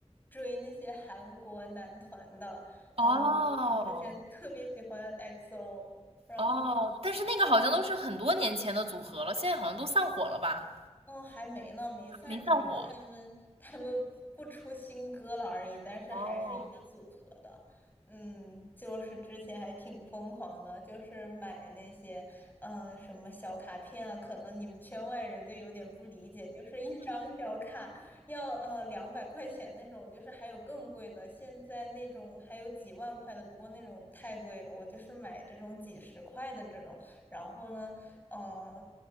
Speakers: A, on the left; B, on the right.
A: 追那些韩国男团的，嗯、
B: 哦
A: 我我之前特别喜欢 EXO，然后。
B: 哦，但是那个好像都是很多年前的组合了，
A: 嗯。
B: 现在好像都散伙了吧？
A: 哦，还没呢，没散，
B: 没散伙。
A: 只不过他们他们不出新歌了而已，但是还是一个组合的。
B: 哦，
A: 嗯，就是之前还挺疯狂的，就是买那些嗯，什么小卡片啊，可能你们圈外人就有点不理解，就是一张小卡要呃两百块钱那种，就是还有更贵的，现在那种还有几万块的，不过那种太贵了，我就是买这种几十块的这种。然后呢，呃，